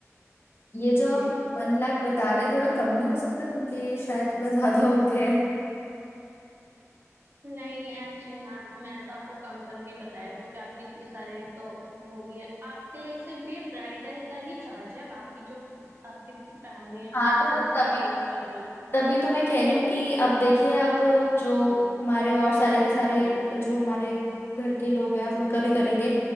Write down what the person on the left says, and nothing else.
ये जो
आप
वन लाख बता रहे थोड़ा कम नहीं हो सकता क्योंकि ये शायद थोड़ा ज्यादा हो गया है
हाँ
तो मैं
तभी
तभी तो मैं कह रही हूँ कि अब देखिए आप जो हमारे और सारे के सारे जो हमारे घर के लोग हैं आप उनका भी करेंगे